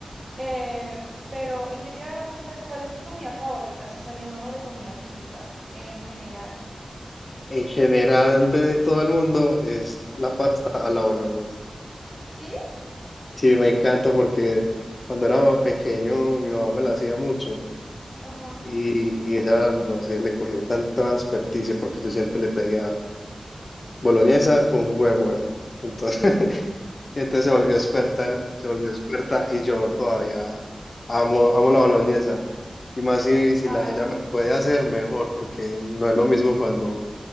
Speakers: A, on the right; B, on the left.
A: Em, pero, ¿y qué te iba a preguntar? ¿Cuál es tu comida favorita? Así saliéndonos de comida típica en general.
B: En general de todo el mundo es
A: Ujú.
B: la pasta a la boloñesa.
A: ¿Sí?
B: Sí, me encanta porque cuando era pequeño mi mamá me la hacía mucho
A: Ajá.
B: y, y ella, no sé, le cogió tanta experticia porque yo siempre le pedía boloñesa con jugo de mora. Entonces, <laughs> y entonces se volvió experta, en- se volvió experta y yo todavía amo, amo la boloñesa. Y más si, si
A: Ay,
B: la, ella me la puede hacer mejor porque no es lo mismo cuando,